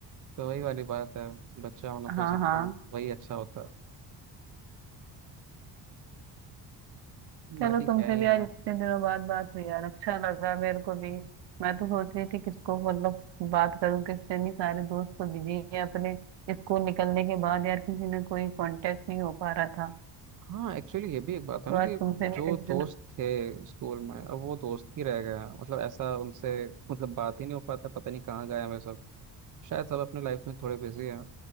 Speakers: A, on the right; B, on the right.
A: तो वही वाली बात है बच्चा होना
B: हाँ
A: तो सबको
B: हाँ
A: वही अच्छा होता है
B: चलो
A: बाकी
B: तुमसे
A: क्या ही
B: भी
A: है
B: आज इतने दिनों बाद बात हुई यार अच्छा लगा मेरे को भी मैं तो सोच रही थी किसको मतलब बात करूं किससे नहीं सारे दोस्त तो बिजी हैं अपने स्कूल निकलने के बाद यार किसी ने कोई कांटेक्ट नहीं हो पा रहा था
A: हाँ एक्चुअली ये भी एक बात है
B: तो
A: ना कि
B: आज तुमसे भी
A: जो
B: इतने
A: दोस्त
B: दिनों
A: थे स्कूल में अब वो दोस्त ही रह गए हैं मतलब ऐसा उनसे मतलब बात ही नहीं हो पाता पता नहीं कहाँ गए हमें सब शायद सब अपने लाइफ में थोड़े बिजी हैं